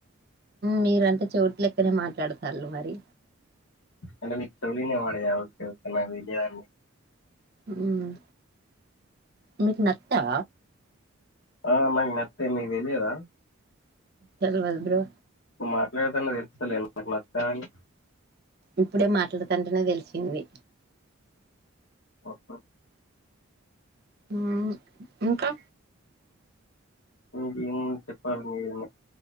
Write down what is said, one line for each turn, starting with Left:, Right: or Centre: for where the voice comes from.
Right: మీరంటే చెవట్లెక్కనే మాట్లాడతల్లూ మరి
Left: అంటే మిక్ చెవులు ఇనవాడయా ఒకే ఒకే నాక్ తెలీదు అం
Right: ఉమ్ మీకు నత్తా
Left: ఆ నాక్ నత్తె మిక్ తేలిదా
Right: తెల్వదు బ్రో
Left: మాట్లాడుతుంటే తెలుస్తులే నాక్ నత్తాని
Right: ఇప్పుడే మాట్లాడుతంటేనే తెలిసింది
Left: ఓహ
Right: ఉమ్ ఇంకా
Left: ఇంకేం చెప్పాలి మీరే